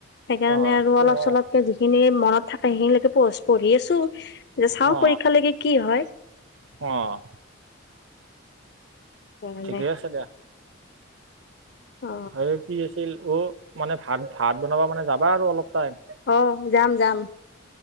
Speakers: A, on the left; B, on the right.
A: সেইকাৰণে
B: অ
A: আৰু
B: সেইটো
A: অলপ-চলপকে
B: হয়
A: যিখিনি মনত থাকে সেইখিনিলৈকে পঢ়চ পঢ়ি আছো যে চাওঁ
B: অ
A: পায় কি হয়।
B: অ'।
A: সেইকাৰণে
B: ঠিকেই আছে দিয়া।
A: অ
B: আৰু কি আছিল অ মানে ভাত ভাত বনাবা মানে যাবা আৰু অলপ টাইম
A: আহ যাম যাম